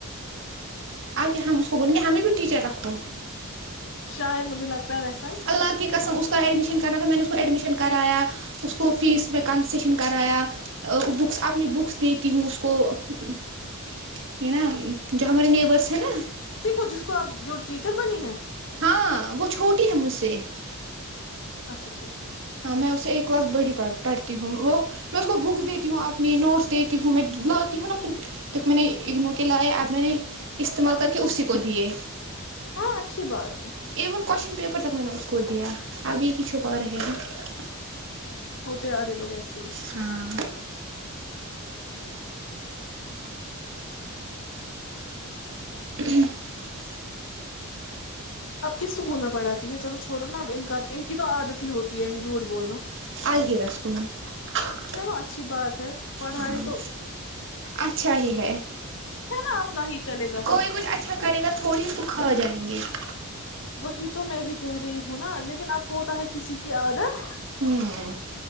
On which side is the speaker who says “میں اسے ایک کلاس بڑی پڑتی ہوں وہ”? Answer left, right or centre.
Right